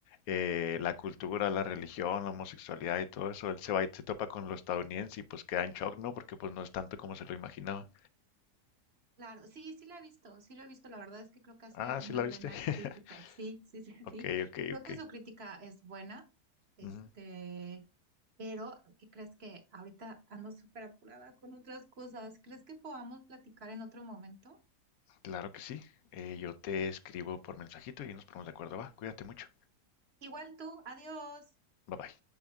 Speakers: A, on the left; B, on the right.
A: eh, la cultura, la religión, la homosexualidad y todo eso. Él se va y se topa con lo estadounidense y pues queda en shock, ¿no? Porque pues no es tanto como se lo imaginaba.
B: Claro, sí, sí la he visto, sí lo he visto, la verdad es que creo que hace
A: Ah,
B: una
A: ¿sí la
B: buena
A: viste? <laughs>
B: crítica, sí, sí, sí, <laughs>
A: Ok,
B: sí,
A: ok,
B: creo
A: ok.
B: que su crítica es buena, este,
A: Ujú,
B: pero ¿qué crees que ahorita ando súper apurada con otras cosas? ¿Crees que podamos platicar en otro momento?
A: Claro que sí. Eh, yo te escribo por mensajito y nos ponemos de acuerdo. Va, cuídate mucho.
B: Igual tú, adiós.
A: Bye bye.